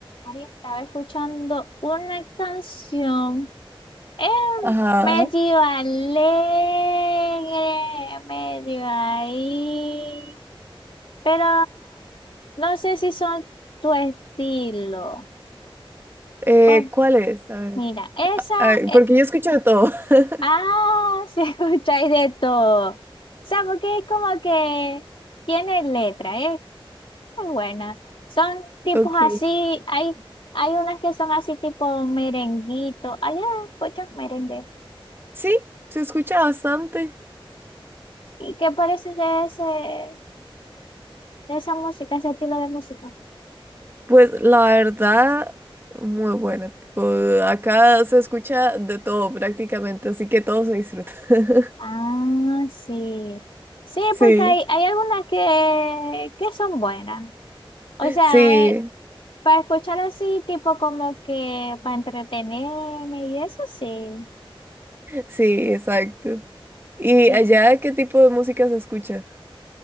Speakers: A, on the left (about 65°); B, on the right (about 25°).
A: Ari, estaba escuchando una canción eh,
B: Ajá.
A: medio alegre, medio ahí, pero no sé si son tu estilo.
B: Eh,
A: Por-
B: ¿cuál es? A ver.
A: mira, esa,
B: Ay,
A: eh,
B: porque yo escucho de todo. <laughs>
A: ah, <laughs> se escucháis de todo. O sea, porque es como que tiene letra, ¿eh? Es buena. Son tipos
B: Ok.
A: así, hay, hay unas que son así tipo merenguito. Hay muchos merengues.
B: Sí, se escucha bastante.
A: ¿Y qué parece de ese, de esa música, ese estilo de música?
B: Pues la verdad, muy buena. Tipo, acá se escucha de todo prácticamente, así que todo se disfruta. <laughs>
A: Ah, sí. Sí,
B: Sí,
A: porque hay, hay algunas que, que son buenas. O sea,
B: sí,
A: eh, para escuchar así, tipo como que para entretenerme y eso sí.
B: sí, exacto. ¿Y
A: Sí.
B: allá qué tipo de música se escucha?